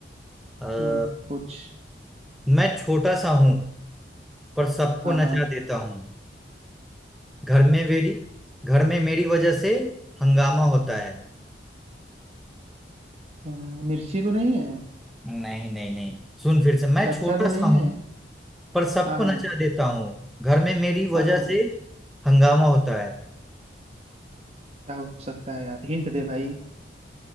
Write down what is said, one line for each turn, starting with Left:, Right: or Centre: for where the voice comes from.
Centre: आ,
Right: हम्म पूछ
Centre: मैं छोटा सा हूं पर सबको
Right: हाँ
Centre: नचा
Right: हाँ
Centre: देता हूँ घर में मेरी घर में मेरी वजह से हंगामा होता है
Right: हाँ, मिर्ची तो नहीं है
Centre: नहीं नहीं नहीं सुन फिर से मैं
Right: बच्चा
Centre: छोटा
Right: तो नहीं
Centre: सा
Right: है
Centre: हूं पर सबको
Right: हाँ हाँ
Centre: नचा देता हूँ घर में मेरी
Right: हाँ
Centre: वजह
Right: हाँ
Centre: से हंगामा होता है
Right: क्या हो सकता है यार हिंट दे भाई